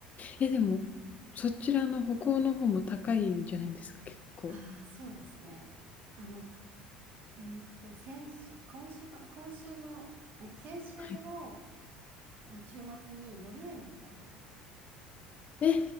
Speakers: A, on the left; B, on the right.
A: え、でも、そちらの北欧の方も高いんじゃないですか？結構。
B: ああ、そうですね。あの、えーっと、先週、今週かな今週の、うん先週の、
A: はい。
B: あの週末にノルウェーに行ったんですよ。
A: え、